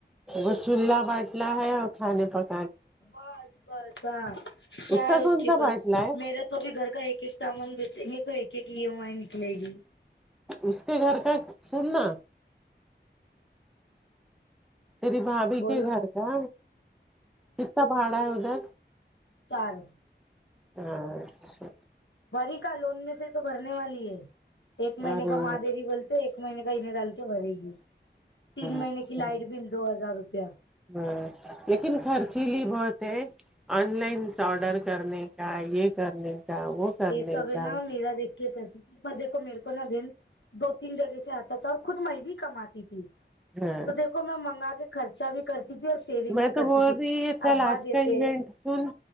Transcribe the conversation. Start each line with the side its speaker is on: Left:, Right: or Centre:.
Centre: ا چولہ بٹلا ہے تھاھان پ <unintelligible>
Left: بس بس ہاں کیا
Centre: کا
Left: ہے
Centre: کون
Left: اس کے
Centre: سا
Left: پاس
Centre: باٹلا ہے
Left: میرا تو توبھی گھر کا ایک ایک سامان بیچیں یہ تو ایک ایک ای ای آئی نکلے گی
Centre: اس کے گھر کا سننا تیری بھابھی
Left: بولو
Centre: کے گھر کا کتنا بھاڑا ہے ادھر
Left: چارو
Centre: ا اچھا
Left: فری کا لون میں سے تو کرنے والی ہے ایک مہینے
Centre: ارے
Left: کا ماں دری بولتے ایک مہینے کا انہیں ڈال کے بھرے گی تین مہینے
Centre: اچھا
Left: کی لائٹ بل دو ہزار روپیہ
Centre: ہاں لیکن خرچیلی بہت ہے آن لائن آرڈر کرنے کا یہ کرنے کا وہ کرنے
Left: یہ سب ہے
Centre: کا
Left: نا میرا دیک کرتی تھی پر دیکو میرے کو نا بہن دو تین جگہ سے آتا تھا اور خود میں بھی کماتی تھی
Centre: ہاں
Left: تو دیکھو میں منگا کے خرچہ بھی کرتی تھی اور سیونگ
Centre: میں
Left: بھی
Centre: تو
Left: کرتی
Centre: بول
Left: تھی
Centre: رہی ہے چل
Left: ابا
Centre: آج
Left: دیتے
Centre: کا ایونٹ سن